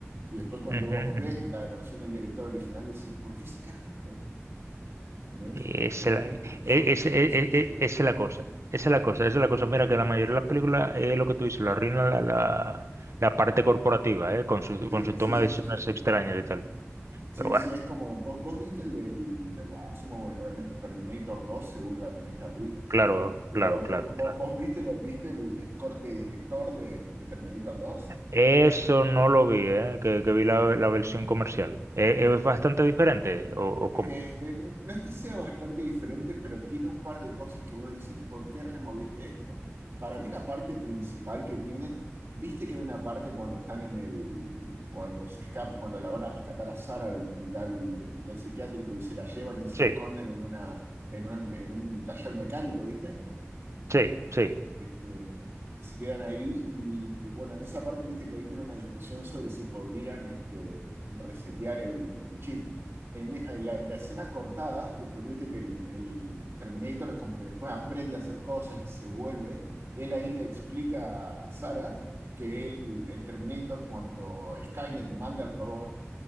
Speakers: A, on the right; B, on the right.
A: Y después cuando
B: ujú,
A: vos ves
B: ujú.
A: la versión del director original decís, ¿por qué sacaron esto? ¿Entendés?
B: Esa
A: Es como
B: es la, e-
A: que son
B: e,
A: cosas
B: ese- e-
A: que vos decís,
B: e-
A: ¿en serio?
B: e- esa es la cosa, esa es la cosa, esa es la cosa. Mira que la mayoría de las películas es lo que tú dices, lo arruinan la, la, la parte corporativa, ¿eh? Con su,
A: Sí,
B: con su
A: sí,
B: toma
A: sí,
B: de decisiones
A: sí, sí, sí.
B: extrañas y tal.
A: Sí,
B: Pero bueno,
A: sí, es como, vos, vos viste el del, bah, asumo, obviamente, Terminator 2, seguro la tenés que haber visto,
B: claro,
A: pero
B: claro, claro,
A: vos, vos,
B: claro.
A: vos viste, la- viste el, el corte de director de, de Terminator 2?
B: Eso no lo vi, ¿eh? Que, que vi la, la versión comercial. ¿E- ¿Es, bastante diferente o, o cómo?
A: Eh, eh, no es que sea bastante diferente, pero tiene un par de cosas que vos decís, ¿por qué removiste esto? Para mí la parte principal que tienen, viste que hay una parte cuando están en el, cuando se escapan, cuando la van a rescatar a Sara del hospital, del hospital psiquiátrico y se la llevan y se
B: Sí,
A: esconden en una, en un, en un taller mecánico, ¿viste?
B: sí, sí.
A: eh, que se quedan ahí. Y bueno, en esa parte, viste que ahí tiene una discusión sobre si podrían este, resetear el, el chip. En, en la, en la escena cortada, porque viste que el, el Terminator es como que después aprende a hacer cosas y se vuelve, él ahí le explica a Sarah que él, el Terminator, cuando Skynet manda al robot,